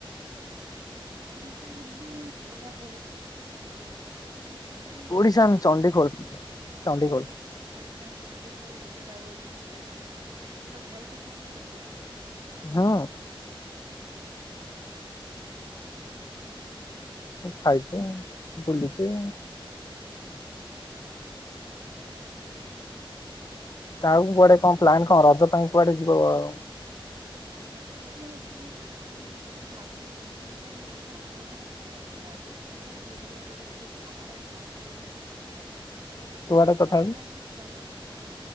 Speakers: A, on the right; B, on the left.
A: ଓଡିଶାରେ ବି ପେଡା ବହୁତ ଫେମସ କୋଉଠି ଜାଣିଛ?
B: ଓଡିଶାନ୍ ଚଣ୍ଡିଖୋଲ ଚଣ୍ଡିଖୋଲ।
A: ଓଡିଶାର ଚଣ୍ଡିଖୋଲ ପେଡା ବହୁତ ଫେମସ। କେବେ ଖାଇଚ ସେଠି ଯାଇକି?
B: ହଁ। ଖାଇଚି ବୁଲିଚି।
A: <unintelligible>
B: ତାଉଁ କୁଆଡେ
A: ମନି
B: କଣ ପ୍ଲାନ କଣ ରଜ ପାଇଁ କୁଆଡେ ଯିବ-ଅ-ଅ-ଅ
A: ରଜ ପାଇଁ ଭାବୁ ଆମେ କିଛି ଭାବିନୁ କିନ୍ତୁ ଆମେ ଯୋଉ ସାଙ୍ଗ ମାନେ ସବୁ ଅଛୁ ଭାବୁଛୁ କିଏ କୁଆଡେ ବୁଲିବାକୁ ଯିବୁ ଯଦି ଖରା ନହେଲା ଯଦି
B: କୁଆଡେ
A: ଖରା
B: ତଥାପି
A: ହେଲା ସେ ଖରା